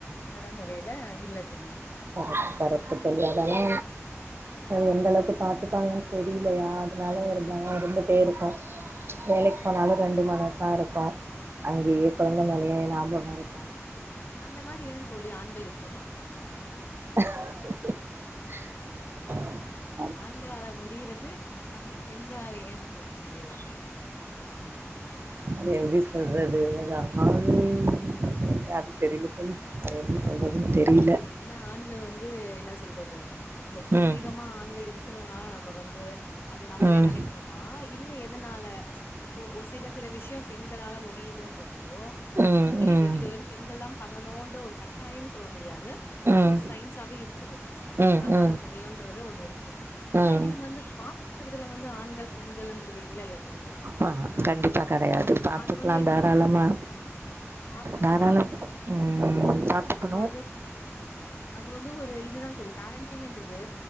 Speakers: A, on the left; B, on the right.
A: நடமுறைல இல்ல தோழி
B: கரெக்ட் கரெக்ட்டு தோழி அதானா அது எந்த அளவுக்கு பாத்துப்பாங்கன் தெரிலையா அதனால ஒரு பயோ இருந்துட்டே இருக்கு வேலைக் போனாலு ரெண்டு மனசா இருக்கு அங்கயே கொழந்த மேலயே ஞாபகோ இருக்கு
A: அந்த மாதிரி ஏ தோழி ஆண்கள் இருக்க மாட்றாங்க
B: <inaudible>
A: ஆண்களால முடிறது நம் பெண்களால ஏ தோழி முடியல
B: அது எப்டி சொல்றது‌‌ அது ஆண் அது தெரில தோழி அது எப்டி சொல்றதுன் தெரில
A: எனா ஆண்கள் வந்து என்ன சொல்றது நம்ம பூர்வீகமா
B: ம்
A: ஆண்கள் இருக் றதுனால நம்ம வந்து அது நம்பளே
B: ம்
A: நனைக்கிறோமா இல்ல எதனால இப்போ ஒரு சி சில சில விஷ் யோபெண்களால முடியுதுன்றப்போ
B: ம்
A: முடிது
B: ம்
A: இத வந்து பெண்கள்லா பண்ணணுன்ற ஒரு கட்டாயம் சொல்ல முடியாது
B: ம்
A: அது ஒரு சயின்ஸாவே இருக்குது
B: ம்
A: இதுதா
B: ம்
A: பண்ண முடியுன்றது ஒன்னு இருக் ஆனா
B: ம்
A: இதுல வந்து பாத்துக்கறதுல வந்து ஆண்கள் பெண்களுன்றது இல்லல்ல தோழி
B: ஆ கண்டிப்பா கடையாது
A: அ
B: பாத்துக்லா
A: அது வந்து என்னோட
B: தாராளமா
A: கருத்து ஆ பாத்துக்கலா
B: தாராளமா ம் பாத்துக்கணு
A: நம்ம வந்து அது வந்து ஒரு இதுதா தோழி பேரண்டிங்குன்றது